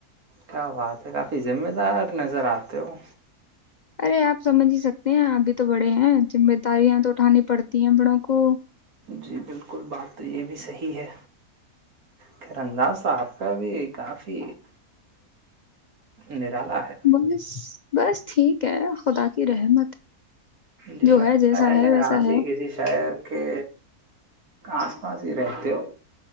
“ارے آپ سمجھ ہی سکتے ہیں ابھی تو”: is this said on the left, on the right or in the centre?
Left